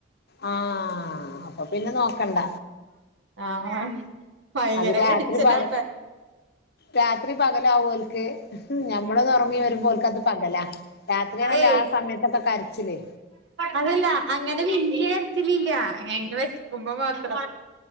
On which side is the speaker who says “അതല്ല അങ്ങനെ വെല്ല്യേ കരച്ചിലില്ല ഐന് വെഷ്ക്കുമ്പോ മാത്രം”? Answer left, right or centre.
Right